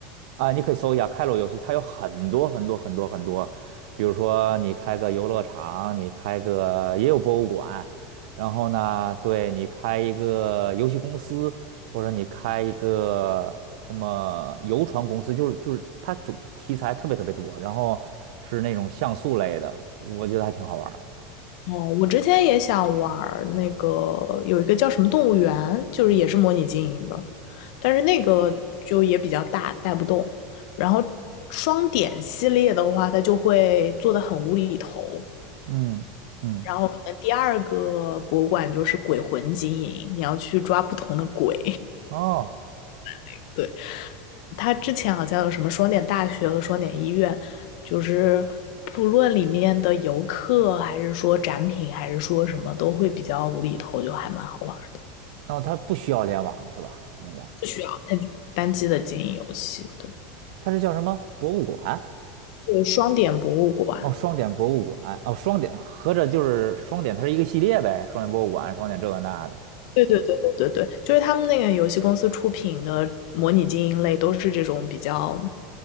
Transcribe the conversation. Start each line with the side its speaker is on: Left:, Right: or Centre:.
Right: 啊，你可以搜一下开罗游戏，它有很多很多很多很多，比如说你开个游乐场，你开个也有博物馆，然后呢，对你开一个游戏公司，或者你开一个什么游船公司，就是就是它主题材特别特别多，然后是那种像素类的，我觉得还挺好玩儿
Left: 哦，我之前也想玩儿那个有一个叫什么动物园，就是也是模拟经营的，但是那个就也比较大，带不动。然后双点系列的话，它就会做的很无厘头。
Right: 嗯嗯，
Left: 然后可能第二个博物馆就是鬼魂经营，你要去抓不同的鬼。
Right: 哦，
Left: <laughs> 对，它之前好像有什么双点大学和双点医院，就是不论里面的游客还是说展品还是说什么，都会比较无厘头，就还蛮好玩儿。
Right: 那它不需要联网是吧？应该
Left: 不需要。它单机的经营游戏，对。
Right: 它是叫什么博物馆？
Left: 对，双点博物馆，
Right: 哦，双点博物馆，哦，双点，合着就是双点，它是一个系列呗，双点博物馆，双点这个那的。
Left: 对对对对对对，就是他们那个游戏公司出品的模拟经营类都是这种比较